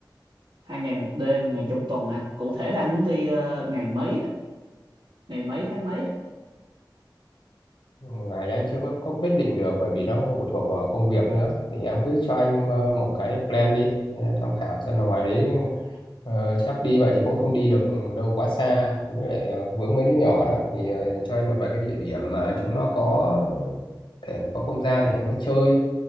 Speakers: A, on the right; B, on the left.
A: hai ngày một đêm, ngày trong tuần anh. Cụ thể là anh muốn đi ờ, ngày mấy, á? ngày mấy tháng mấy? á?
B: Ngày anh chưa có, có quyết định được bởi vì nó cũng phụ thuộc vào công việc nữa thì em cứ cho anh ờ, một cái plan đi ờ, tham khảo xem là ngoài đấy ờ, chắc đi vậy thì cũng không đi được đâu quá xa với lại ờ, vướng mấy đứa nhỏ đó thì ờ, cho anh một vài cái địa điểm mà chúng nó có thể có không gian để chúng nó chơi